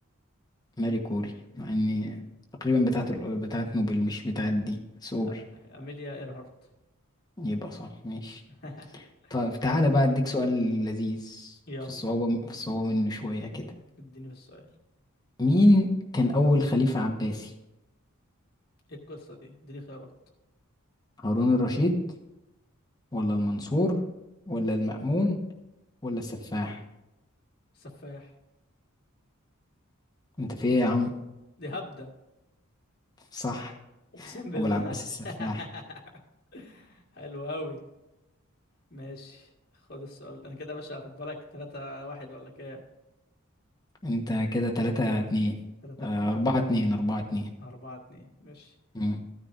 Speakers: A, on the left (about 20°); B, on the left (about 45°).
A: ماري كوري مع اني تقريبا بتاعه ال... بتاعه نوبل مش بتاعه دي بس قول
B: لا إيميليا إيرهارت
A: يبقى صح ماشي
B: <laughs>
A: طيب تعالى بقى اديك سؤال لذيذ
B: يلا
A: في الصعوبه في الصعوبه منه شويه كده
B: اديني في السؤال
A: مين كان أول خليفة عباسي
B: ايه القصة دي اديني خيارات
A: هارون الرشيد ولا المنصور ولا المأمون ولا السفاح
B: سفاح
A: انت في ايه يا عم
B: دي هبدة
A: صح
B: أقسم بالله
A: أبو العباس السفاح
B: <laughs> حلو قوي ماشي خد السؤال انا كده يا باشا خد بالك 3 1 ولا كام
A: انت كده تلاتة اتنين
B: 3
A: آه،
B: 2
A: أربعة اتنين أربعة اتنين
B: 4 2 ماشي
A: مم.